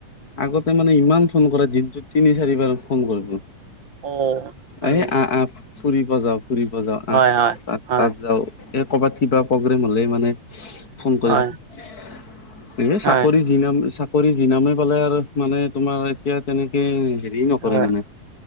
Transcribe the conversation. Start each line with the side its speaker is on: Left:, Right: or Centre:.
Left: আগতে মানে ইমান ফোন কৰে দিনটোত তিনি চাৰিবাৰ ফোন কৰিব।
Right: অ হয়
Left: এ, আ,
Right: নেকি
Left: আ, ফুৰিব যাওঁ, ফুৰিব যাওঁ
Right: হয়
Left: আ,
Right: হয়
Left: তাত
Right: হয়
Left: তাত যাওঁ। এ কৰ'বাত কিবা প্ৰগ্ৰেম হ'লে মানে ফোন কৰি
Right: হয়
Left: থাক এই
Right: হয়
Left: চাকৰি <unintelligible> চাকৰি যি নামে পালে আৰু মানে তোমাৰ এতিয়া তেনেকে হেৰি নকৰে
Right: হয়
Left: মানে।